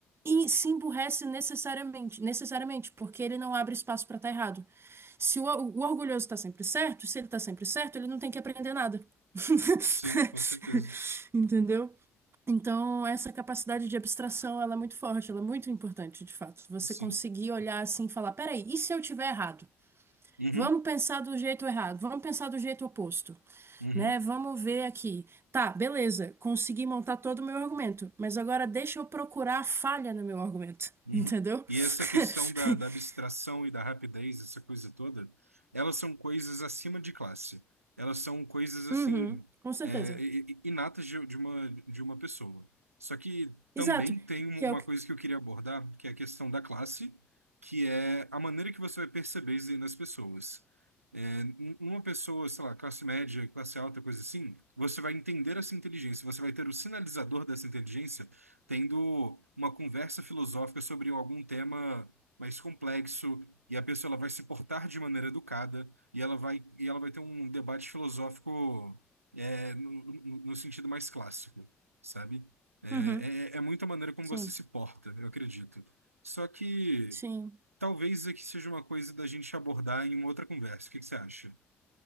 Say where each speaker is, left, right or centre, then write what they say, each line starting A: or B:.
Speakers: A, on the right; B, on the right.
A: e se emburrece necessariamente, necessariamente, porque ele não abre espaço pra estar errado. Se o, o orgulhoso tá sempre certo, se ele tá sempre certo, ele não tem que aprender nada. <laughs>
B: Sim, com certeza.
A: Entendeu? Então, essa capacidade de abstração, ela é muito forte, ela é muito importante, de fato. Você
B: Sim.
A: conseguir olhar assim e falar, peraí, e se eu tiver errado?
B: Uhum,
A: Vamos pensar do jeito errado, vamos pensar do jeito oposto,
B: uhum.
A: né? Vamos ver aqui. Tá, beleza, consegui montar todo o meu argumento, mas agora deixa eu procurar a falha no meu argumento,
B: Uhum.
A: entendeu?
B: E essa questão
A: <laughs>
B: da, da abstração e da rapidez, essa coisa toda, elas são coisas acima de classe. Elas são coisas assim,
A: Uhum, com certeza.
B: é, i- i- inatas de, de uma, de uma pessoa. Só que também
A: Exato,
B: tem um-
A: que
B: uma
A: é o que...
B: coisa que eu queria abordar, que é a questão da classe, que é a maneira que você vai perceber isso aí nas pessoas. É, n- uma pessoa, sei lá, classe média, classe alta, coisa assim, você vai entender essa inteligência, você vai ter o sinalizador dessa inteligência tendo uma conversa filosófica sobre algum tema mais complexo e a pessoa ela vai se portar de maneira educada e ela vai e ela vai ter um debate filosófico é, no, no- no sentido mais clássico, sabe? É,
A: Uhum,
B: é, é muita maneira como
A: sim,
B: você se porta, eu acredito. Só que
A: sim.
B: talvez isso aqui seja uma coisa da gente abordar em uma outra conversa. O que que você acha?